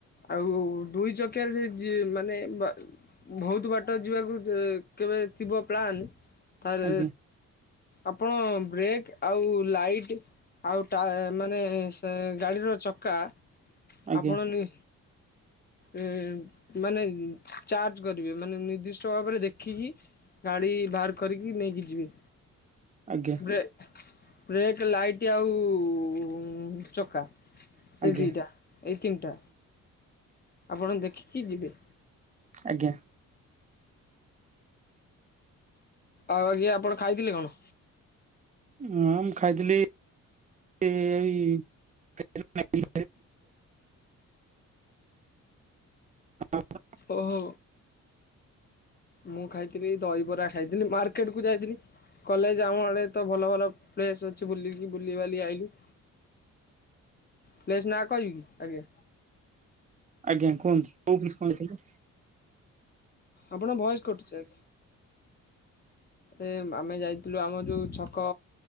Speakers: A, on the left (about 30°); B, on the right (about 25°).
A: ଆଉ, ଦୁଇ ଚକିଆରେ ସେ ଯି ମାନେ ବା ବହୁତ୍ ବାଟ ଯିବାକୁ ଯେ କେବେ ଥିବ, ପ୍ଲାନ୍ ତାରେ
B: ଆଜ୍ଞା
A: ଆପଣ ବ୍ରେକ୍, ଆଉ ଲାଇଟ୍ ଆଉ ଟା, ମାନେ ସେ ଗାଡ଼ିର ଚକା
B: ଆଜ୍ଞା
A: ଆପଣ ନି ଏଁ ମାନେ, ଇଁ ଚାର୍ଜ କରିବେ। ମାନେ ନିର୍ଦ୍ଦିଷ୍ଟ ଭାବରେ ଦେଖିକି, ଗାଡି ବାହାର କରିକି ନେଇକି ଯିବେ।
B: ଆଜ୍ଞା।
A: ବ୍ରେ, ବ୍ରେକ୍, ଲାଇଟ୍, ଆଉ ଚକା।
B: ଆଜ୍ଞା
A: ଏଇ ଦିଇଟା, ଏଇ ତିନିଟା, ଆପଣ ଦେଖିକି ଯିବେ।
B: ଆଜ୍ଞା।
A: ଆଉ, ଆଜ୍ଞା! ଆପଣ ଖାଇଥିଲେ କଣ?
B: ମୁଁ ଖାଇଥିଲି ଏଇ <inaudible> ହଁ <inaudible>
A: ଓହୋ! ମୁଁ ଖାଇଥିଲି, ଦହିବରା ଖାଇଥିଲି। ମାର୍କେଟ କୁ ଯାଇଥିଲି। କଲେଜ ଆଉଁ ଆଡ଼େ ତ ଭଲ ଭଲ ପ୍ଲେସ୍ ଅଛି, ବୁଲିକି ବୁଲିବାଲି ଆଇଲି। ପ୍ଲେସ୍ ନା କହିବିକି? ଆଗ୍ୟା।
B: ଆଜ୍ଞା, କୁହନ୍ତୁ। କୋଉ ପ୍ଲିସ୍ କହୁଥିଲେ?
A: ଆପଣଙ୍କ ଭଏସ୍ କଟୁଛି ଆଜ୍ଞା। ଏ ଆମେ ଯାଇଥିଲୁ ଆମ ଯୋଉଁ ଛକ